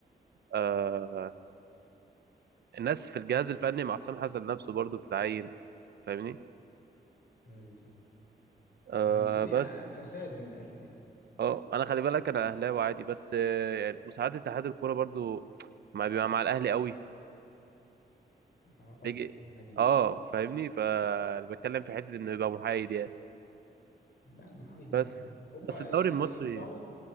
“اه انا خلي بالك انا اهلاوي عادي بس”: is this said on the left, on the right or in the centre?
Right